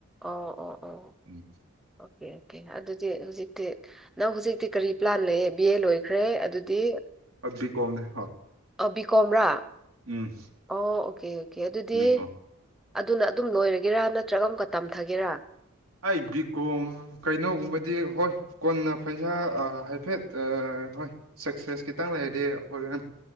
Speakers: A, in the centre; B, on the right (about 85°).
A: ꯑꯣ ꯑꯣ ꯑꯣ
B: ꯎꯝ
A: ꯑꯣꯀꯦ ꯑꯣꯀꯦ ꯑꯗꯨꯗꯤ ꯍꯧꯖꯤꯛ ꯅꯪ ꯍꯧꯖꯤꯛꯇꯤ ꯀꯔꯤ ꯄ꯭ꯂꯥꯟ ꯂꯩꯌꯦ ꯕꯤ ꯑꯦ ꯂꯣꯏꯈ꯭ꯔꯦ ꯑꯗꯨꯗꯤ
B: ꯑꯕꯤ ꯀꯣꯝꯅꯦ ꯍ
A: ꯕꯤ ꯀꯣꯝꯔꯥ
B: ꯎꯝ
A: ꯑꯣ ꯑꯣꯀꯦ ꯑꯣꯀꯦ ꯑꯗꯨꯗꯤ
B: ꯕꯤ ꯀꯣꯝ
A: ꯑꯗꯨꯅ ꯑꯗꯨꯝ ꯂꯣꯏꯔꯒꯦꯔꯥ ꯅꯠꯇ꯭ꯔꯒ ꯑꯃꯨꯛꯀ ꯇꯝꯊꯒꯦꯔꯥ
B: ꯑꯩ ꯕꯤ ꯀꯣꯝ ꯀꯩꯅꯣꯒꯨꯝꯕꯗꯤ ꯍꯣꯏ ꯀꯣꯟꯅ ꯐꯩꯁꯥ ꯍꯥꯏꯐꯦꯠ ꯍꯣꯏ ꯁꯛꯁꯦꯁ ꯈꯤꯇꯪ ꯂꯩꯔꯗꯤ ꯍꯣꯔꯦꯟ